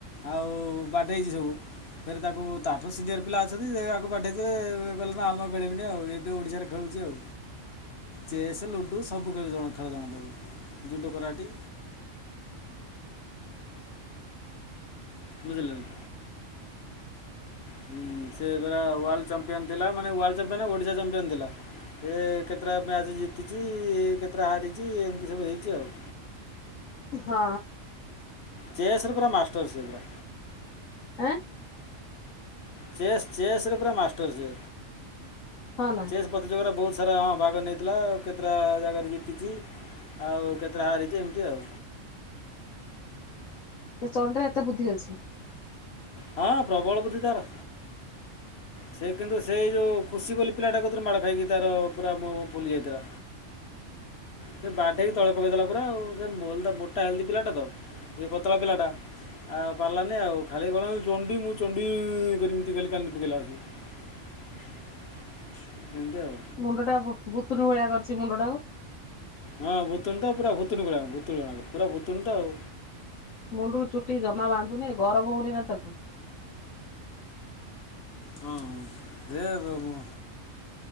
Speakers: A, on the left; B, on the left.
A: ଆଉ ବାଟ ହେଇଛି ସବୁ ଫ ତାକୁ ତାଠ ସିନିୟର ପିଲା ଅଛନ୍ତି ଆକୁ ପାଠେଇଦେ କହିଲେ ନା ଆମେ ଖେଳିବନି ଏଇଠି ଓଡ଼ିଶାରେ ଖେଳୁଛି ଆଉ ଚେସ୍ ଲୁଡ଼ୁ ସବୁ ଖେଳ ଜଣା ତାକୁ ଯୁଗ କରାଡି। ବଝିଲ ନା। ହୁଁ ସେ ପରା ୱାର୍ଲଡ ଚାମ୍ପିୟନ୍ ଥିଲା ମାନେ ୱାର୍ଲଡ ଚମ୍ପିୟନ୍ ଓଡ଼ିଶା ଚାମ୍ପିୟନ୍ ଥିଲା ସେ କେତେଟା ମ୍ୟାଚ୍ ଜିତିଛି କେତେଟା ହାରିଛି ଏମିତି ସବୁ ହେଇଛି ଆଉ।
B: ହଁ।
A: ଚେସ୍ ରେ ପୁରା ମାଷ୍ଟର୍ ସିଏ ପୁରା।
B: ଆଁ
A: ଚେସ୍ ଚେସ୍ ରେ ପୁରା ମାଷ୍ଟର ସିଏ।
B: ହଁ ନା
A: ଚେସ୍ ପ୍ରତିଯୋଗିତା ରେ ବହୁ ପ୍ରତିଯୋଗିତାରେ ହଁ ଭାଗ ନେଇଥିଲା କେତେଟା ଜାଗାରେ ଜିତିଛି ଆଉ କେତେଟା ହାରିଛି ଏମିତି ଆଉ।
B: ସେ ଚଣ୍ଡିର ଏତେ ବୁଦ୍ଧି ଅଛି।
A: ହଁ ପ୍ରବଳ ବୁଦ୍ଧି ତାର। ସେ କିନ୍ତୁ ସେଇ ଯୋଉ ଖୁସି ବୋଲି ପିଲାଟା କତିରୁ ମାଡ଼ ଖାଇକି ତାର ପୁରା ମହଁ ଫୁଲି ଯାଇଥିଲା ସେ ବାଢେଇକି ତଳେ ପକେଇଦେଲା ପୁରା ଆଉ ସେ ମୋଟା ହେଲଦି ପିଲାଟା ତ ଇଏ ପତଳା ପିଲାଟା ଆଉ ପାରିଲାନି ଆଉ ଖାଲି କଣ ଚଣ୍ଡୀ ମୁଁ ଚଣ୍ଡୀ ଏମିତି ଖାଲି କାନ୍ଦି ପକେଇଲା ଆସି। <unintelligible> ଏମତି ଆଉ।
B: ମୁଣ୍ଡ ଟା ଭୁତୁଣି ଭଳିଆ କରିଛି ମୁଣ୍ଡ ଟାକୁ।
A: ହଁ ଭୁତୁଣି ତ ପୁରା ଭୁତୁଣି ଭଳିଆ କଣ ଭୁତୁଣୁ ଗଣା ପୁରା ଭୁତୁଣି ତ ଆଉ।
B: ମୁଣ୍ଡୁକୁ ଚୁଟିକି ଜମା ବାନ୍ଧୁନେଇ ଗରମ ହଉନି ଆଜ୍ଞା।
A: ହୁଁ